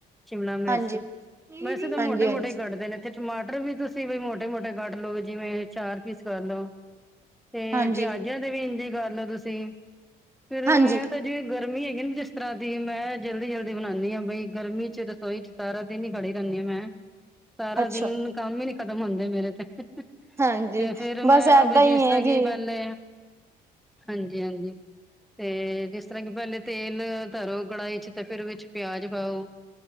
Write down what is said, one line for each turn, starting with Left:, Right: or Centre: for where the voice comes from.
Centre: ਸ਼ਿਮਲਾ ਮਿਰਚ।
Right: ਹਾਂਜੀ
Centre: ਵੈਸੇ ਤਾਂ
Right: ਹਾਂਜੀ
Centre: ਮੋਟੇ
Right: ਹਾਂਜੀ
Centre: ਮੋਟੇ ਹੀ ਕੱਟਦੇ ਨੇ ਇੱਥੇ ਟਮਾਟਰ ਟਰ ਵੀ ਤੁਸੀਂ, ਬੀ ਮੋਟੇ ਮੋਟੇ ਕੱਢ ਲਓ ਵੀ ਜਿਵੇਂ ਚਾਰ ਪੀਸ ਕਰ ਲੋ ਤੇ
Right: ਹਾਂਜੀ
Centre: ਪਿਆਜਾਂ ਤੇ ਵੀ ਇੰਝੇ ਕਰ ਲੋ ਤੁਸੀਂ। ਫੇਰ
Right: ਹਾਂਜੀ
Centre: ਮੈਂ ਤਾਂ ਜਿ ਗ ਗਰਮੀ ਹੈਗੀ ਨੀ ਜਿਸ ਤਰ੍ਹਾਂ ਦੀ ਮੈਂ ਜਲਦੀ ਜਲਦੀ ਬਣਾਉਂਦੀ ਹਾਂ, ਬਈ ਗਰਮੀ ਚ, ਰਸੋਈ ਚ ਸਾਰਾ ਦਿਨ ਹੀ ਖੜੀ ਰਹਿੰਦੀ ਹਾਂ। ਮੈਂ, ਸਾਰਾ
Right: ਅੱਛਾ
Centre: ਦਿਨ ਕੰਮ ਹੀ ਨੀ ਖਤਮ ਹੁੰਦੇ ਮੇਰੇ ਤੇ। ਹੇ ਹੇ
Right: ਹਾਂਜੀ
Centre: ਤੇ ਫੇਰ ਮੈਂ,
Right: ਬਸ ਏਦਾਂ
Centre: ਬ
Right: ਹੀ
Centre: ਜਿਸ ਤਰ੍ਹਾਂ
Right: ਹੈ
Centre: ਕੀ
Right: ਜੀ
Centre: ਪਹਿਲੇ ਹਾਂਜੀ ਹਾਂਜੀ। ਤੇ ਜਿਸ ਜਿਸ ਤਰ੍ਹਾਂ ਕਿ ਪਹਿਲੇ ਤੇਲ ਧਰੋ ਕੜਾਹੀ ਚ ਤੇ ਫੇਿਰ ਵਿਚ ਪਿਆਜ ਪਾਓ